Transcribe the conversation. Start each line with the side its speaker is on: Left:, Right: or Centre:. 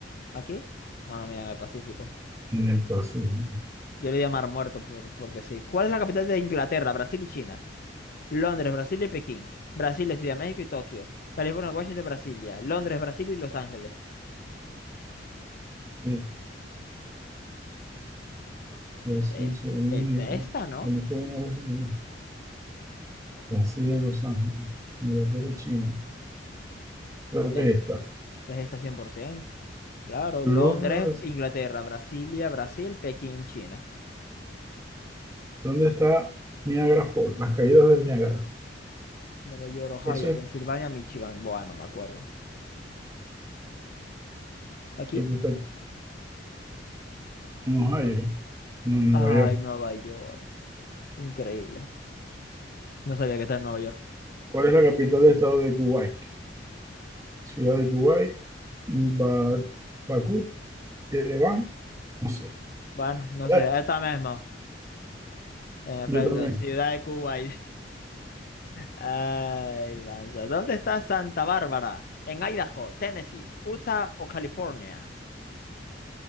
Left: ¿Aquí? Bueno, mira, en el Pacífico.
Right: En el Pacífico.
Left: Yo le di a Mar Muerto por, porque sí. ¿Cuál es la capital de Inglaterra, Brasil y China? Londres, Brasil y Pekín. Brasil, es Ciudad de México y Tokio. California, Washington, Brasilia. Londres, Brasil y Los Ángeles.
Right: Sí, Brasil,
Left: Es, es,
Right: Ciudad de México.
Left: es esta, ¿no?
Right: California, Washington, Brasil, Los Ángeles. Inglaterra, China. Creo
Left: Es,
Right: que ahí está.
Left: es esta 100%. Claro,
Right: Londres,
Left: Londres,
Right: Brasil.
Left: Inglaterra, Brasilia, Brasil, Pekín, China.
Right: ¿Dónde está Niagara Falls? Las caídas del Niágara.
Left: Nueva York, Ohio,
Right: Eso es
Left: Pensilvania, Michigan. Bueno, me acuerdo. ¿Aquí?
Right: lo que está aquí, en Ohio, no en
Left: Ay,
Right: Nueva York.
Left: Nueva York. Increíble. No sabía que está en Nueva York.
Right: ¿Cuál es la capital del estado de Kuwait? Ciudad de Kuwait, Ba- Bakú, Ereván, no sé.
Left: Bueno, no sé.
Right: Eh,
Left: Esta misma. En efecto,
Right: Yo también.
Left: Ciudad de Cuba. Ay, Vanza. ¿Dónde está Santa Bárbara? ¿En Idaho, Tennessee, Utah o California?